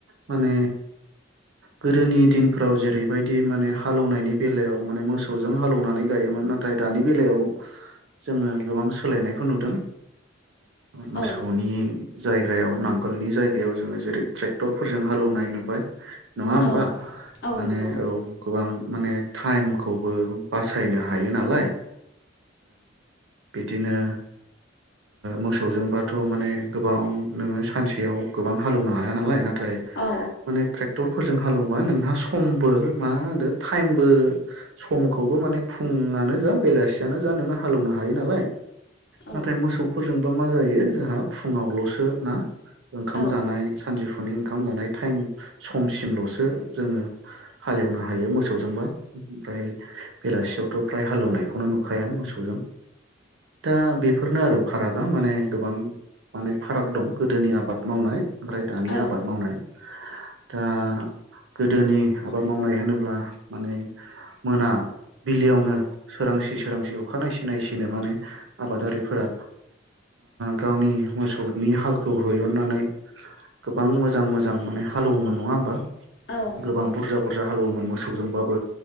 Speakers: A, on the right; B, on the left.
A: माने। गोदोनि दिनफ्राव जेरैबायदि माने हालेवनायनि बेलायाव माने मोसौ। सौजों हालौवनानै गायोमोन नाथाय दानि बेलायाव। जोङो गोबां सोलायनायखौ नुदों मोसौनि
B: औ
A: जायगायाव नांगोलनि जायगायाव जोङो जेरै ट्रेक्टरफोरजों हालेवनाय नुबाय नङा होनबा
B: औ औ
A: माने
B: नंगौ
A: औ गोबां माने टाइमखौ बो बासायनो हायो नालाय बिदिनो मोसौजोंबाथ' माने गोबां नोङो सानसेयाव गोबां हालेवनो हाया नालाय न नाथाय
B: औ
A: माने फोरजों हालौवबा नोंहा समबो मा होनो टाइमबो समखौबो माने फुङानो जा बेलासियानो जा नोङो हालेवनो हायो नालाय
B: औ
A: नाथाय मोसौफोरजोंबा मा जायो जोंहा फुङावल'सो ना ओंखाम
B: औ
A: जानाय सानजौफुनिं ओंखाम जानाय टाइम समसिम ल'सो जोङो हालेवनो हायो मोसौजोंबा ओमफ्राय बेलासियावथ' फ्राय हालेवनायखौनो नुखाया मोसौजों दा बेफोरनो आरो फारागा माने गोबां माने फाराग दं गोदोनि आबाद मावनाय ओमफ्राय दानि
B: औ
A: आबाद मावनाय दा गोदोनि आबाद मावनाय होनोब्ला माने मोना बिलयावनो सोरांसि सोरांसि अखा नाय सि नायसिनो माने आबादारिफोरा गावनि मोसौनि हालखौ हैहननानै गोबां मोजां मोजां माने हालेवोमोन नङा होमबा
B: औ
A: गोबां बुरजा बुरजा हालेवोमोन मोसौजोंबाबो